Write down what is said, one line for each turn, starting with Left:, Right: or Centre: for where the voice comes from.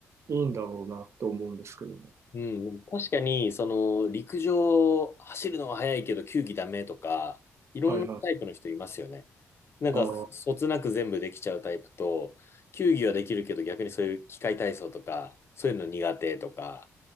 Right: いいんだろうなって思うんですけどね。
Left: うん、確かに、その、陸上、走るのは速いけど、球技ダメとか、いろんなタイプの人いますよね。
Right: はいはい。
Left: なんか、
Right: あ
Left: そつなく全部できちゃうタイプと、球技はできるけど、逆にそういう機械体操とか、そういうの苦手とか、う